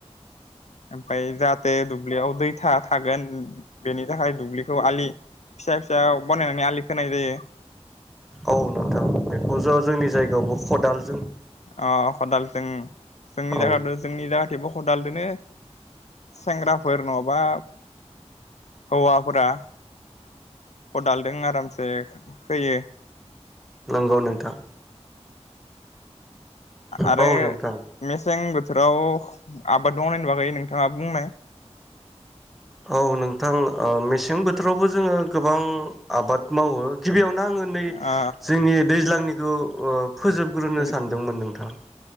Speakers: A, on the left (about 75°); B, in the centre.
A: ओमफाय जाहाथे दुब्लियाव दैथा थागोन बेनि थाखाय दुब्लिखौ आलि फिसा फिसा बानायनानै आलि खोनाय जायो।
B: औ नोंथां बेखौ ज' जोंनि जायगायावबो खदाल
A: अ खदालजों जोंनि
B: औ
A: जायगाथ' जोंनि जा देबो खदालदोनो सेंग्राफोर नङाबा हौवाफोरा खदालदों आरामसे होयो
B: नंगौ नोंथां
A: आरो
B: औ नोंथां
A: मेसें बोथ थोराव आबाद मावनायनि बागै नोंथाङा बुंनाय
B: औ नोंथां मेसें ओ बोथोरावबो जोङो गोबां आबाद मावो गिबियावनो आङो नै
A: ओ
B: जोंनि दैज्लांनि खौ ओब फोजोबग्रोनो
A: दै
B: सानदोंमोन नोंथां